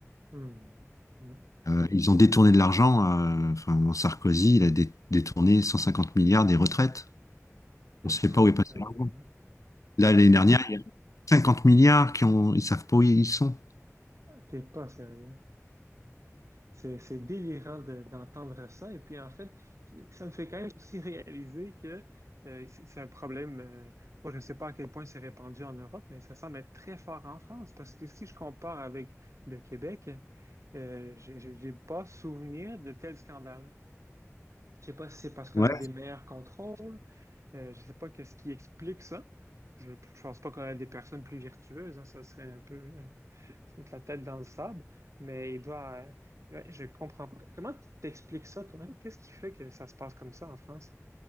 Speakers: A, on the right (about 65°); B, on the left (about 85°).
A: Mm. Mm. Mm.
B: Euh, ils ont détourné de l'argent. euh, enfin, mon Sarkozy, il a dé- détourné 150 milliards des retraites.
A: C'est
B: On ne sait
A: fou
B: pas où est passé
A: quand
B: l'argent.
A: même, hein. C'est
B: Là,
A: fou.
B: l'année dernière, il y a 50 milliards qui ont, ils savent pas où ils sont.
A: T'es pas sérieux. C'est, c'est délirant de- d'entendre ça. Et puis, en fait, ça me fait quand même aussi réaliser que euh, c'est c'est un problème. euh, moi, je ne sais pas à quel point c'est répandu en Europe, mais ça semble être très fort en France. Parce que si je compare avec le Québec, euh, j'ai j'ai- j'ai pas souvenir de tel scandale. Je sais pas si c'est parce qu'on
B: Ouais.
A: a des meilleurs contrôles. euh, je ne sais pas qu'est-ce qui explique ça. Je ne pense pas qu'on a des personnes plus vertueuses. hein, ça serait un peu. euh, se mettre la tête dans le sable, mais il doit. euh, ouais, je comprends pas. Comment tu t'expliques ça, toi? hein? Qu'est-ce qui fait que ça se passe comme ça en France?